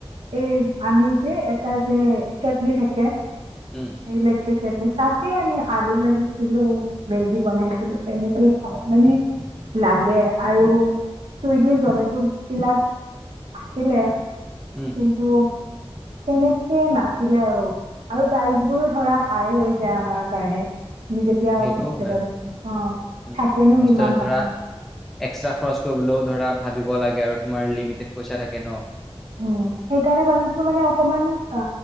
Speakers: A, on the right; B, in the centre.
A: এই আমি যে এটা যে কেটলি থাকে।
B: উম
A: আহিলে তাতে আমি আলু ভাজিছিলো বেজি বনাইছিলো তেনেকেই খাওঁ মানে লাগে আৰু চুইগি জমেট' বিলাক আছিলে।
B: উম
A: কিন্তু? তেনেকে নাছিলে আৰু আৰু প্ৰাইচ বোৰো ধৰা হাই হৈ যায় আমাৰ কাৰণে। তুমি যেতিয়া
B: সেইটোও
A: সোচতেলত
B: হয়।
A: আছা অ
B: উম
A: থাকেনো
B: হোষ্টেলত
A: কিমান হাতত।
B: ধৰা এক্সট্ৰা খৰচ কৰিবলৈও ধৰা ভাবিব লাগে আৰু তোমাৰ লিমিটেড পইচা থাকে ন।
A: উ সেইকাৰণে ভাবিছো মানে অকমান অ